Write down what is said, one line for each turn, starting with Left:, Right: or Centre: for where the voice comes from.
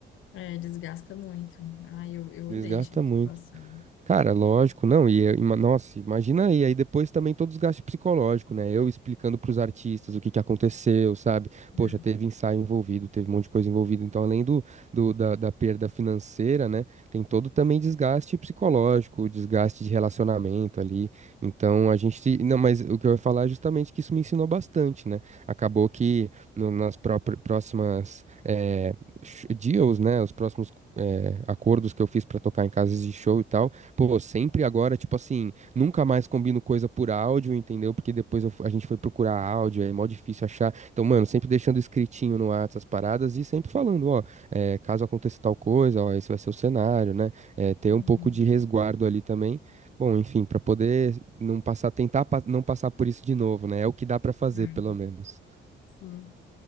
Left: É, desgasta muito. Ai, eu, eu odeio
Right: Desgasta
Left: essa situação.
Right: muito. Cara, lógico, não, e eu- ima- nossa, imagina aí, aí depois também todo o desgaste psicológico, né? Eu explicando pros artistas o que que aconteceu, sabe?
Left: É.
Right: Poxa, teve ensaio envolvido, teve um monte de coisa envolvida, então além do, do- da, da perda financeira, né? Tem todo também desgaste psicológico, desgaste de relacionamento ali. Então a gente, se- não, mas o que eu ia falar é justamente que isso me ensinou bastante, né? Acabou que no- nas própri- próximas eh, sh- deals, né? Os próximos eh, acordos que eu fiz pra tocar em casas de show e tal Pô, sempre agora, tipo assim, nunca mais combino coisa por áudio, entendeu? Porque depois eu fu- a gente foi procurar áudio, é mó difícil achar. Então, mano, sempre deixando escritinho no WhatsApp as paradas e sempre falando, ó, é, caso aconteça tal coisa, ó, esse vai ser o cenário, né? É, ter
Left: Uhum.
Right: um pouco de resguardo ali também. Bom, enfim, pra poder não passar, tentar pa- não passar por isso de novo, né? É o que dá pra fazer,
Left: É.
Right: pelo menos.
Left: Sim.